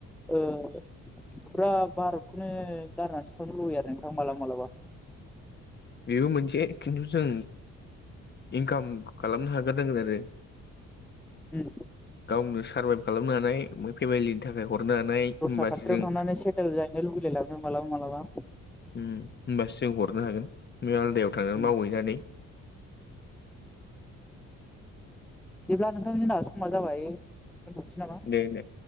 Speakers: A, in the centre; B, on the left.
A: ओ फुरा भारतखौनो गारनानैसोथांनो लुबयो आरो नोंथां मालाबा मालाबा
B: बेबो मोनसे खिन्थु जों इनकाम खालामनो हागारनांगोन आरो
A: उम
B: गावनो सार्भाइभ खालामनो हानायम फेमिलिनि थाखाय हरनो हानाय
A: दस्रा
B: होमबासो
A: खाथियाव
B: जों
A: थांनानै सेटेल जाहैनो लुबैलाय लाङो मालाबा
B: उम होमबासो जों हरनो हागोन बे आलदायाव थांनानै
A: उम
B: मावहैनानै
A: दिब्ला नोंथां जोंना समा जाबाय दोनथ'नोसै नामा
B: दे दे